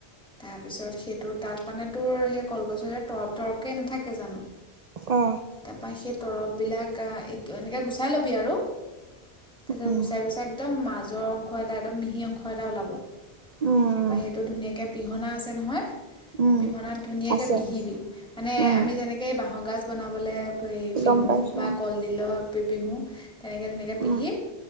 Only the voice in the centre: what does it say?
তাৰপিছত সেইটোত তাত মানে তোৰ সেই কলগছৰে তৰপ তৰপকে নাথাকে জানো
তাপা সেই তৰপ বিলাক এই এনেকে গুচাই ল'বি আৰু তাৰপিছত
গুচাই গুচাই একদম মাজৰ অংশ এটা একদম মিহি অংশ এটা ওলাব তাৰপৰা
সেইটো ধুনীয়াকে পিহনা আছে নহয়
পিহনাত ধুনীয়াকৈ
পিহিবি মানে
আমি যেনেকে বাঁহৰগাজ বনাবলৈ-
পিহোঁ
বা কলডিলৰ, পিহো তেনেকে ধুনীয়াকৈ পিহি